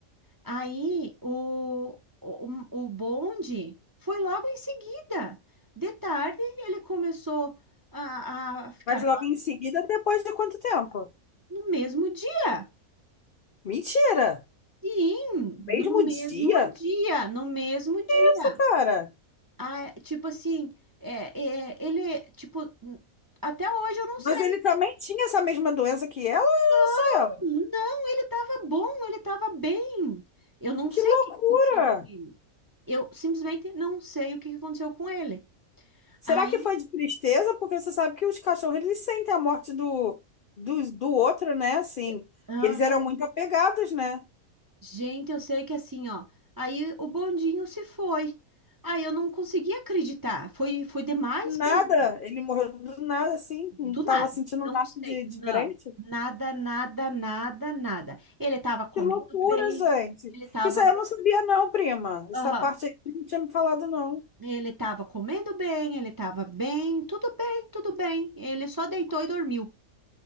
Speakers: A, on the right; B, on the left.
A: Aí, o, o, o bonde foi logo em seguida. De tarde, ele começou a, a ficar
B: Mas logo em seguida, depois de quanto tempo?
A: No mesmo dia.
B: Mentira!
A: Sim,
B: Mesmo
A: no mesmo
B: dia?
A: dia, no mesmo dia.
B: Isso, cara.
A: Ah, tipo assim, é, é, ele, tipo, até hoje eu não
B: Mas
A: sei.
B: ele também tinha essa mesma doença que ela, olha
A: Não,
B: só ela.
A: não, ele tava bom, ele tava bem. Eu não
B: Que
A: sei
B: loucura!
A: o que que aconteceu com ele. Eu simplesmente não sei o que que aconteceu com ele.
B: Será
A: Aí,
B: que foi de tristeza? Porque você sabe que os cachorros, eles sentem a morte do, do, do outro, né? Assim.
A: eu- Aham.
B: E eles eram muito apegados, né?
A: gente, eu sei que assim, ó, aí o bondinho se foi. Aí eu não consegui acreditar, foi, foi demais
B: Do
A: pra
B: Nada.
A: mim.
B: Ele morreu do nada, assim.
A: Do
B: Não tava
A: nada.
B: sentindo
A: Não
B: nada
A: sei.
B: de diferente.
A: Não. Nada, nada, nada, nada. Ele estava comendo
B: Que loucura,
A: bem.
B: gente.
A: Ele estava.
B: Isso aí eu não sabia, não, prima. Essa
A: Aham.
B: parte aí não tinha me falado, não.
A: Ele estava comendo bem. Ele estava bem. Tudo bem, tudo bem. Ele só deitou e dormiu.